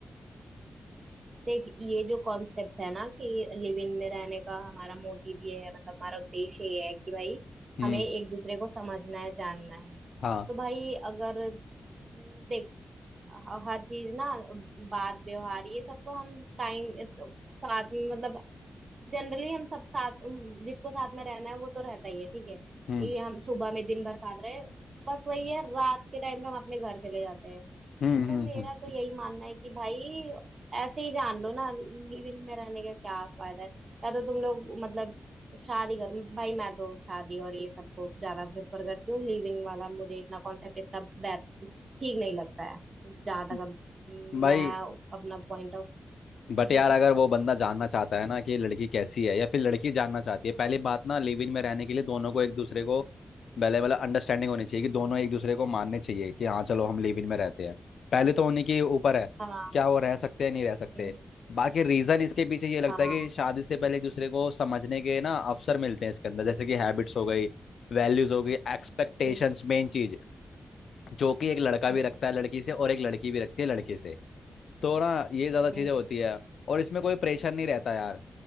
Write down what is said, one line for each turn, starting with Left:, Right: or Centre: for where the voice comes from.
Right: हम्म। देख ये जो कॉन्सेप्ट है ना कि लिव इन में रहने का हमारा मोटिव ये है मतलब हमारा उद्देश्य ये है कि भाई
Left: हम्म
Right: हमें एक दूसरे को समझना है जानना है
Left: हाँ
Right: तो भाई अगर हम्म, देख ह- हर चीज ना बात व्यवहार ये सब तो हम टाइम साथ में मतलब जनरली हम सब साथ उम, जिसको साथ में रहना है वो तो रहता ही है ठीक है
Left: हम्म
Right: ये हम सुबह में दिन भर साथ रहे बस वही है रात के टाइम पे हम अपने घर चले जाते हैं तो
Left: हम्म हम्म
Right: मेरा
Left: हम्म
Right: तो यही मानना है कि भाई ऐसे ही जान लो ना लिविंग में रहने का क्या फायदा है या तो तुम लोग मतलब शादी करो भाई मैं तो शादी और ये सबको ज्यादा प्रेफर करती हूँ लिविंग वाला मुझे इतना कॉन्सेप्ट इसका बैड ठीक नहीं लगता है जहां तक
Left: हम्म।
Right: अब
Left: भाई
Right: मैं अपना पॉइंट ऑफ
Left: बट
Right: हम्म
Left: यार अगर वो बंदा जानना चाहता है ना कि ये लड़की कैसी है या फिर लड़की जानना चाहती है पहली बात ना लिव इन में रहने के लिए दोनों को एक दूसरे को पहले मतलब अंडरस्टैंडिंग होनी चाहिए कि दोनों एक दूसरे को मानने चाहिए कि हाँ चलो हम लिव इन में रहते हैं पहले तो उन्हीं के ऊपर है
Right: हाँ
Left: क्या वो रह सकते हैं नहीं रह सकते
Right: हम्म
Left: बाकी रीजन इसके पीछे ये लगता
Right: हाँ
Left: है कि शादी से पहले एक दूसरे को समझने के ना अवसर मिलते हैं इसके अंदर जैसे कि हैबिट्स हो गई वैल्यूज हो गई एक्सपेक्टेशंस
Right: हम्म हाँ
Left: मेन चीज जो कि एक लड़का
Right: हम्म
Left: भी
Right: हम्म
Left: रखता है लड़की से और एक लड़की भी रखती है लड़के से तो ना ये ज़्यादा
Right: हम्म,
Left: चीज़ें होती
Right: हम्म।
Left: है और इसमें कोई प्रेशर नहीं रहता यार